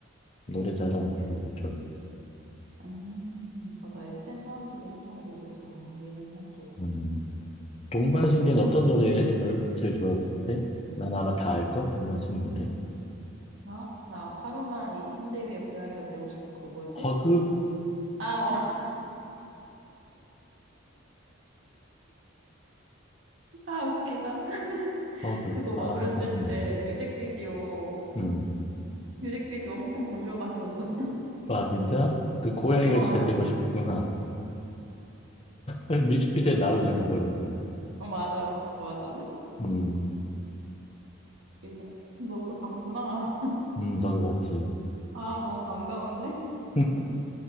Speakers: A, on the left (about 30°); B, on the right (about 70°).
A: 노래
B: <laughs>
A: 잘하는 가수들 좋아해.
B: 음, 맞아. SM 사람들이 엄청 노래 잘하기는 해, 또.
A: 음. 동방신기는
B: 음.
A: 어떤 노래를 제일 좋아했을 때? 난 아마 다 알걸? 동방신기 노래.
B: 나? 나 하루만 네 침대 위에 고양이가 되고 싶어. 그 뭐지?
A: 허그?
B: 아, 어. <laughs> 아, 웃기다.
A: 허그.
B: 그거
A: 아,
B: 막 어렸을
A: 생각난다.
B: 때 뮤직비디오,
A: 음.
B: 뮤직비디오 엄청 돌려봤었어.
A: 아, 진짜? 그 고양이가
B: <laughs> 어.
A: 진짜 되고 싶구나. 뮤직비디오에 나오잖아, 고양이.
B: 어, 맞아, 맞아.
A: 음,
B: 이다. 너도 봤구나. <laughs>
A: 음, 너도 봤지.
B: 아, 너무 반가운데?
A: <laughs>